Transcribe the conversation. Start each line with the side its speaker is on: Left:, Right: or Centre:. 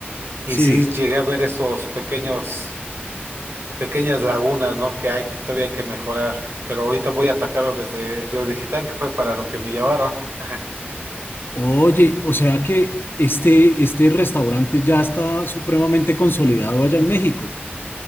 Right: y
Left: sí.
Right: sí llegué a ver esos pequeños, pequeñas lagunas, ¿no? Que hay, que todavía hay que mejorar. Pero ahorita voy a atacarlo desde de lo digital, que fue para lo que me llamaron. Ajá.
Left: Oye, o sea que este, este restaurante ya está supremamente consolidado allá en México.